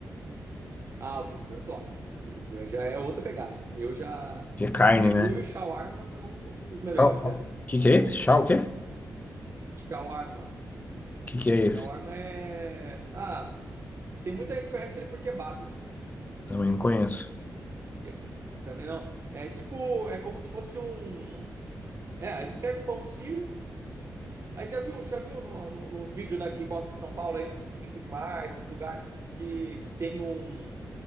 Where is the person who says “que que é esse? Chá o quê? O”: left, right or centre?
Left